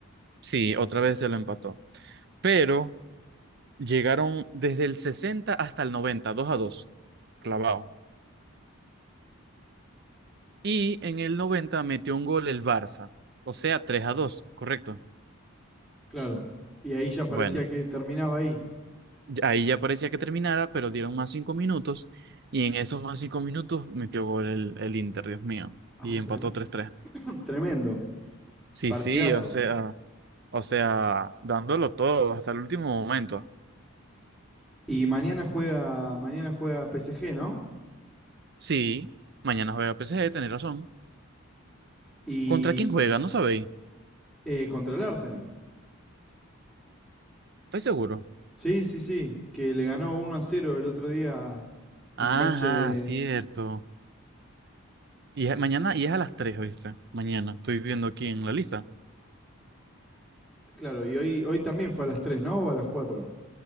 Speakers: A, on the right (about 50°); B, in the centre.
A: Sí, otra vez se lo empató. Pero llegaron desde el 60 hasta el 90, 2 a 2 clavado. Y en el 90 metió un gol el Barça, o sea, 3 a 2 correcto.
B: Claro. Y ahí ya parecía
A: Bueno,
B: que terminaba ahí.
A: ya- ahí ya parecía que terminara, pero dieron más 5 minutos y en esos más 5 minutos metió gol el, el Inter, Dios mío,
B: Ah,
A: y empató
B: treme-
A: tres tres
B: <clears throat> tremendo.
A: Sí,
B: Partidazo.
A: sí, o sea, O sea, dándolo todo hasta el último momento.
B: Y mañana juega, mañana juega PSG, ¿no?
A: Sí, mañana juega PSG, tenéis razón.
B: Y
A: ¿Contra quién juega? No sabéis.
B: eh, contra el Arsenal.
A: ¿Estáis seguro?
B: Sí, sí, sí, que le ganó uno a cero el otro día
A: Ajá,
B: en cancha de...
A: cierto. Y es- mañana, y es a las 3, ¿viste? Mañana, estoy viendo aquí en la lista.
B: Claro, y hoy, hoy también fue a las 3, ¿no? ¿O a las cuatro.